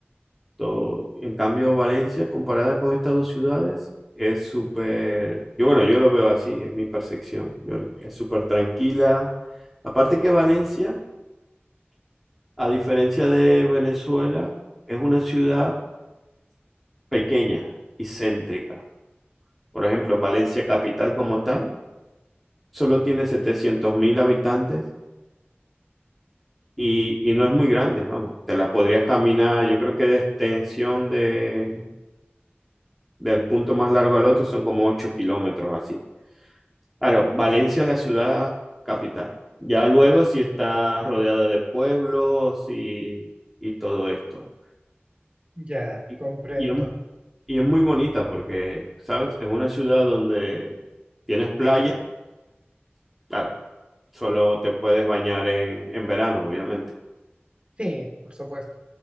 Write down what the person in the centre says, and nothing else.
To- En cambio, Valencia, comparada con estas dos ciudades, es súper, yo bueno, yo lo veo así, es mi percepción, Yo- es súper tranquila. Aparte que Valencia, a diferencia de Venezuela, es una ciudad pequeña y céntrica. Por ejemplo, en Valencia capital como tal, solo tiene setecientos mil habitantes y, y no es muy grande, vamos, te la podrías caminar, yo creo que de extensión de, del punto más largo al otro son como 8 kilómetros así. Claro, Valencia es la ciudad capital. Ya luego sí está rodeada de pueblos y, y todo esto.
Y,
y es, y es muy bonita porque, ¿sabes? Es una ciudad donde tienes playa, claro, solo te puedes bañar en, en verano, obviamente,